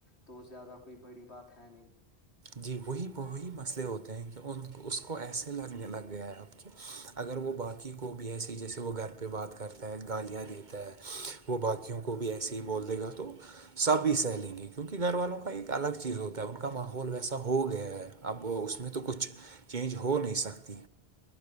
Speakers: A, on the left; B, on the right.
A: تو زیادہ کوئی بڑی بات ہے نہیں
B: جی وہی وہی مسئلے ہوتے ہیں کہ ان اس کو ایسے لگنے لگ گیا ہے اب تو اگر وہ باقی کو بھی ایسیے جیسے وہ گھر پہ بات کرتا ہے گالیاں دیتا ہے وہ باقیوں کو بھی ایسے ہی بول دے گا تو سب ہی سہ لیں گے کیونکہ گھر والوں کا ایک الگ چیز ہوتا ہے ان کا ماحول ماحول ویسا ہو گیا ہے اب اس میں تو کچھ چینج ہو نہیں سکتی